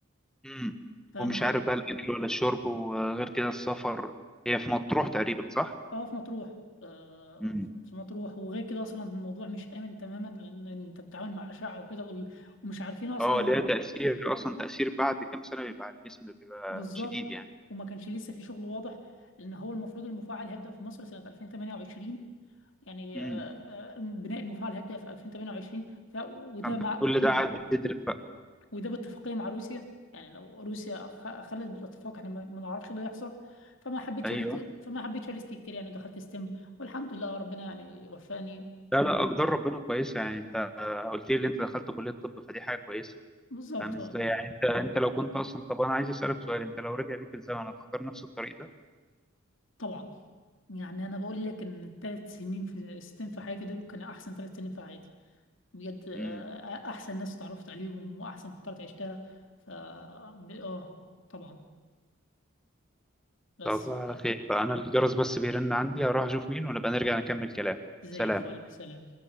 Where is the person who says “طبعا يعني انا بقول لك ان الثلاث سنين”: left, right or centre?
Left